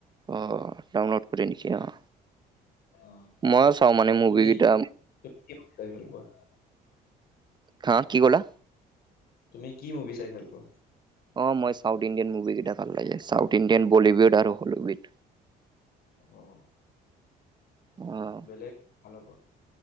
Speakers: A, on the right (about 25°); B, on the left (about 65°).
A: অঁ ডাউনলোড কৰে নেকি? অঁ
B: অ
A: মই চাওঁ মানে মুবি
B: তুমি
A: কিটা।
B: তুমি কি মুভি চাই ভাল পোৱা
A: হা কি ক'লা।
B: তুমি কি মুভি চাই ভাল পোৱা।
A: অ মই চাউথ ইণ্ডিয়ান মুভ কেইটা ভাল লাগে চাউথ, ইণ্ডিয়ান বলীউড, আৰু হলিউড,
B: অ
A: আ
B: বেলেগ ভাল হ'ব